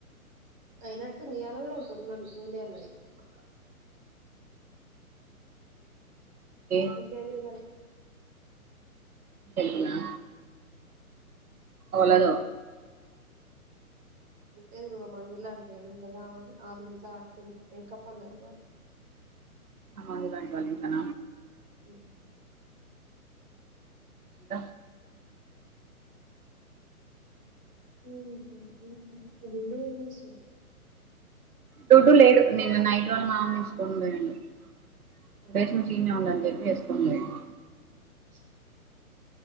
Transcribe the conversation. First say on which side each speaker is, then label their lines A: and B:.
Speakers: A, on the right (about 20°); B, on the right (about 70°).
A: అయినట్టు నీయాల కూడ ఒకటుందన్ ఉందిన్నది ఇక్కడపక్క
B: ఏ
A: ఇంటెదురుగనే
B: తెలుగునా ఓలదో
A: ఇంటేదురుగ మందులా ఆంటీ అనుటది అవంది అళ్ళింట్ల అటుంది మేకపోలాంది మరి
B: అల్వాయి వలికన
A: హ్మ్
B: ద
A: ఉహ్మ్ హు దుడ్డు ఏం చేస్తుండు
B: దుడ్డు లేడు నిన్న నైట్ వాళ్ళ మామ తీసుకొని పోయిండు <unintelligible> ఉందని చెప్పి వేసుకొని పోయిండు
A: <inaudible>